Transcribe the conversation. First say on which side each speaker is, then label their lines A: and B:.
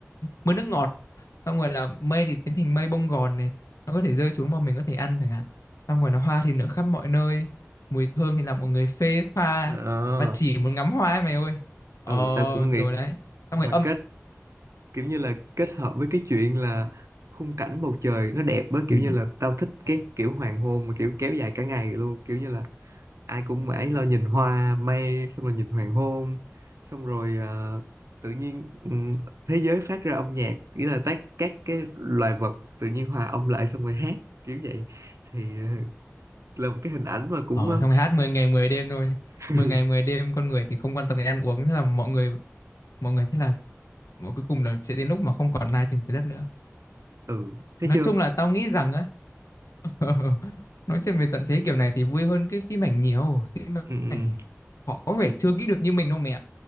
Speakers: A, on the left; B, on the right.
A: mưa nước ngọt xong rồi là mây thì biến thành mây bông gòn này nó có thể rơi xuống mà mình có thể ăn chẳng hạn xong rồi là hoa thì nở khắp mọi nơi mùi thơm thì làm mọi người phê pha
B: ờ,
A: và chỉ muốn ngắm hoa ấy mày ơi ờ
B: ừ tao cũng nghĩ
A: rồi đấy xong rồi
B: mà
A: âm
B: kết kiểu như là kết hợp với cái chuyện là khung cảnh bầu trời nó đẹp á kiểu
A: ừ.
B: như là tao thích cái kiểu hoàng hôn mà kiểu kéo dài cả ngày luôn kiểu như là ai cũng mãi lo nhìn hoa mây xong rồi nhìn hoàng hôn xong rồi ờ, tự nhiên ừm, thế giới phát ra âm nhạc nghĩa là tác các cái loài vật tự nhiên hòa âm lại xong rồi hát kiểu vậy thì ờ, là một cái hình ảnh mà cũng
A: ờ
B: ờ,
A: xong rồi hát 10 ngày 10 đêm thôi
B: <laughs>
A: 10 ngày mười đêm con người thì không quan tâm đến ăn uống thế là mọi người mọi người thế là mà cuối cùng là sẽ đến lúc mà không còn lai trên trái đất nữa
B: ừ thấy
A: nói
B: chưa
A: chung là tao nghĩ rằng á <laughs> nói chuyện về tận thế kiểu này thì vui hơn cái phim ảnh nhiều phim
B: ừ, ừ.
A: ảnh thì họ có vẻ chưa nghĩ được như mình đâu mẹ